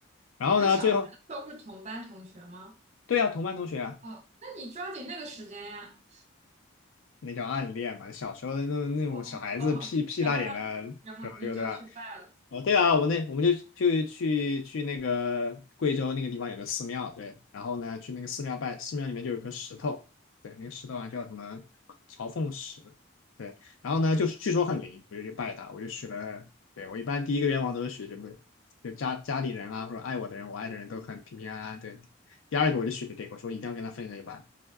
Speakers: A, on the left; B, on the right.
A: 然后呢，
B: 你们小学的时候是同班同学吗？
A: 最后对呀，同班同学啊。
B: 哦，那你抓紧那个时间呀。
A: 那叫暗恋嘛，小时候的那种那种小孩子屁屁大点的时候，
B: 哦哦哦哦，<laughs> 然后呢？然后你就去拜了。
A: 就对吧？哦，对啊，我那我们就就去去那个贵州那个地方有个寺庙，对，然后呢去那个寺庙拜，寺庙里面就有颗石头，对，那个石头啊叫什么朝凤石，对，然后呢就是据说很灵，我就去拜它，我就许了，对我一般第一个愿望都是许这个，就家家里人啊或者爱我的人，我爱的人都很平平安安，对，第二个我就许给这个，我说一定要跟他分一个班，